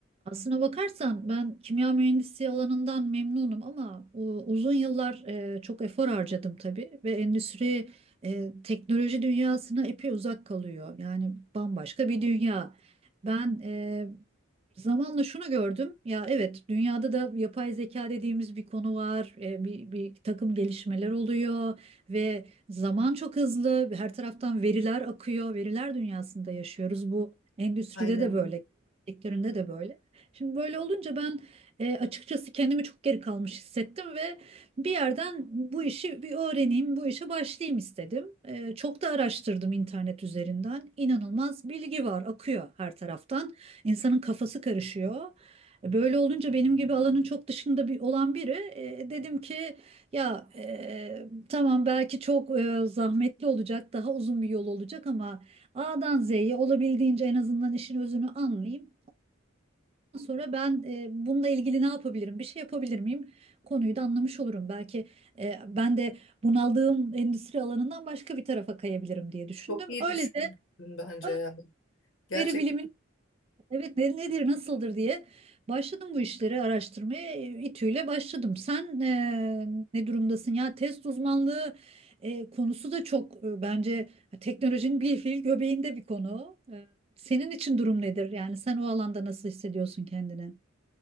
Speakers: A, on the right; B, on the left.
A: Aslına bakarsan ben kimya mühendisliği alanından memnunum ama e, uzun yıllar e, çok efor harcadım tabii ve endüstri e, teknoloji dünyasına epey uzak kalıyor. Yani bambaşka bir dünya. Ben e, zamanla şunu gördüm. Ya evet dünyada da yapay zeka dediğimiz bir konu var. E, bir, bir takım gelişmeler oluyor ve zaman çok hızlı. Her taraftan veriler akıyor. Veriler dünyasında yaşıyoruz. Bu endüstride
B: Aynen.
A: de böyle, sektöründe de böyle. Şimdi böyle olunca ben e, açıkçası kendimi çok geri kalmış hissettim ve bir yerden bu işi bir öğreneyim, bu işe başlayayım istedim. E, çok da araştırdım internet üzerinden. İnanılmaz bilgi var, akıyor her taraftan. İnsanın kafası karışıyor. E, Böyle olunca benim gibi alanın çok dışında bir olan biri e, dedim ki ya e, tamam belki çok e, zahmetli olacak, daha uzun bir yol olacak ama A'dan Z'ye olabildiğince en azından işin özünü anlayayım sonra ben e, bununla ilgili ne yapabilirim, bir şey yapabilir miyim konuyu da anlamış olurum. Belki e, ben de bunaldığım endüstri alanından başka bir tarafa kayabilirim diye düşündüm.
B: Çok iyi
A: Öyle
B: düşünmüşsün
A: de
B: bence
A: ö-
B: ya. Gerçekten.
A: veri bilimin evet ne- nedir, nasıldır diye başladım bu işleri araştırmaya. E, İTÜ'yle başladım. Sen e, ne durumdasın ya? Test uzmanlığı e, konusu da çok e, bence teknolojinin bir fiil göbeğinde bir konu. E, senin için durum nedir? Yani sen o alanda nasıl hissediyorsun kendini?